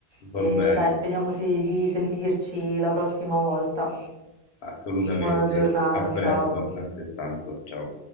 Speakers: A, on the right; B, on the left.
A: E
B: Va bene,
A: dai, speriamo si- di sentirci la prossima volta.
B: assolutamente.
A: Buona giornata,
B: A
A: ciao.
B: presto, altrettanto. Ciao.